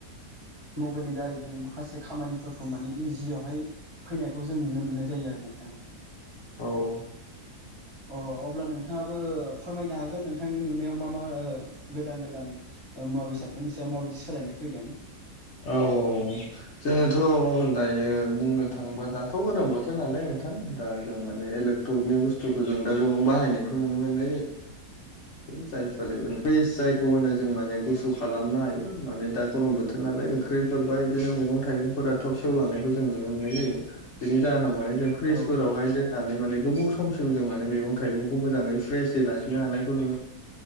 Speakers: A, on the right; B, on the left.
A: मबाइलनि दारै जों माखासे खामानिफोरखौ माने इजियावहाय फैनायखौ जों नुनो मोननाय जायो आरो नोंथां
B: औ औ
A: अ अब्ला नोंथाङाबो फोरमायनो हागोन नोंथांनि नुनायाव मा मा ओ गोदान गोदान ओ मुवा बेसादफोरनि सायाव माबायदि सोलायनाय फैदों
B: ओ औ औ जोङोथ' दायो बुंनो थाङोबा दाथ' गोदान बोथोर नालाय नोंथां दा जों माने लोग टकनि बुस्थुजों दा गोबां बाहायनायखौ नुनो मोननाय जायो। जायफोर प्रिस जायखौ होनो जों माने गुसु खालामनो हायो माने दा गरम बोथ थोर नालाय ओंख्रिफोरबा इदिनो मैगं थाइगंफोरा थब सेवलांनायखौ जों नुनो मोन्नाय जायो। बिनि जाहोनाव माने जों फ्रिजफोरावहाय
A: औ
B: दोननानै माने गोबाव समसिम जों माने मैगं थाइगंखौ मोजाङै फ्रेसयै लाखिनो हानाय खौ नुनो